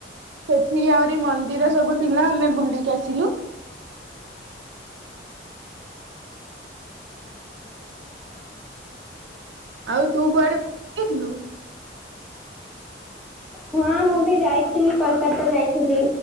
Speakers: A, on the right (about 75°); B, in the centre.
A: ସେଠି ଆହୁରି ମନ୍ଦିର ସବୁ ଥିଲା ଆମେ ବୁଲିକି ଆସିଲୁ। ଆଉ ତୁ କୁଆଡେ ବୁଲି ଯାଇଥିଲୁ।
B: ହଁ ମୁଁ ବି ଯାଇଥିଲି କୋଲକାତା ଯାଇଥିଲି।